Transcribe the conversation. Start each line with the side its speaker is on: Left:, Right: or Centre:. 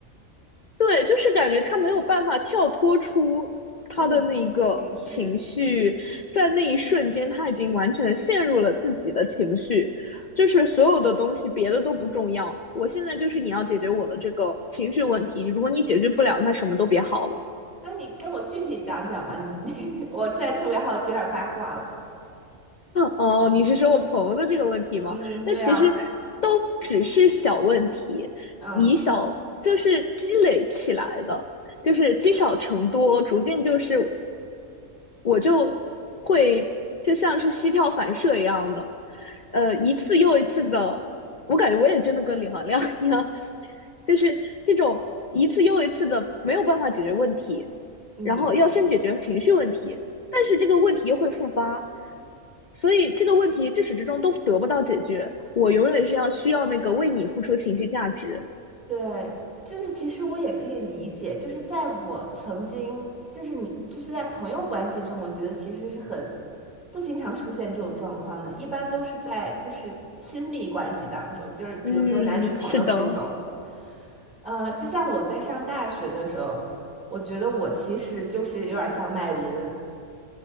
Left: 对，就是感觉他没有办法跳脱出他的那个情绪，
Centre: 嗯，情绪，
Left: 在那一瞬间，他已经完全的陷入了自己的情绪，就是所有的东西别的都不重要。我现在就是你要解决我的这个情绪问题，如果你解决不了，那什么都别好了。
Centre: 那你跟我具体讲讲嘛？你 <laughs> 你，我现在特别好奇，有点八卦了。
Left: 哦，你是说我朋友的这个问题吗？
Centre: 嗯，对啊，
Left: 那其实都只是小问题，
Centre: 嗯
Left: 以小就是积累起来的，就是积少成多，逐渐就是我就会就像是膝跳反射一样的，呃，一次又一次的，我感觉我也真的跟李行亮 <laughs> 一样，就是这种一次又一次的没有办法解决问题，
Centre: 嗯。
Left: 然后要先解决情绪问题，但是这个问题又会复发，所以这个问题至始至终都得不到解决。我永远是要需要那个为你付出情绪价值。
Centre: 对，就是其实我也可以理解，就是在我曾经，就是你，就是在朋友关系中，我觉得其实是很不经常出现这种状况的，一般都是在就是亲密关系当中，就是比如说男女朋友这种，
Left: 嗯，是的
Centre: 呃，就像我在上大学的时候，我觉得我其实就是有点儿像麦琳，